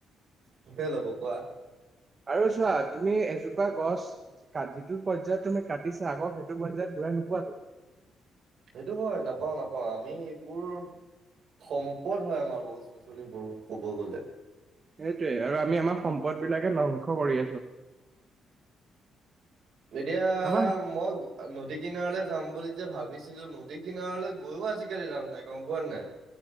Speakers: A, on the right; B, on the right.
A: কোনে ল'ব কোৱা?
B: আৰু চোৱা, তুমি এজোপা গছ কাটি যিটো পৰ্যায়ত তুমি কাটিছা আকৌ সেইটো পৰ্যায়ত ঘূৰাই নোপোৱাতো।
A: সেইটো হয়, নাপাওঁ, নাপাওঁ আমি সেইবোৰ সম্পদ হয়, আমাৰ গছ গছনিবোৰ ক'ব গ'লে।
B: সেইটোয়ে আৰু আমি আমাৰ সম্পদবিলাকে ধ্বংস কৰি আছোঁ।
A: এতিয়া,
B: আমাৰ
A: মই নদী কিনাৰলৈ যাম বুলি যে, ভাবিছিলোঁ নদী কিনাৰলে গৈয়ো আজিকালি লাভ নাই গম পোৱা নাই?